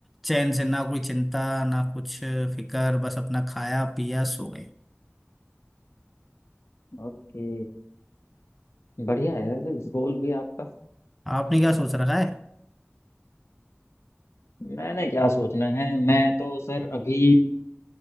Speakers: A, in the centre; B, on the left.
A: चैन से ना कोई चिंता ना कुछ फिक्र बस अपना खाया पिया सो गए
B: ओके बढ़िया है वैसे गोल भी आपका
A: आपने क्या सोच रखा है
B: मैंने क्या सोचना है मैं तो सर अभी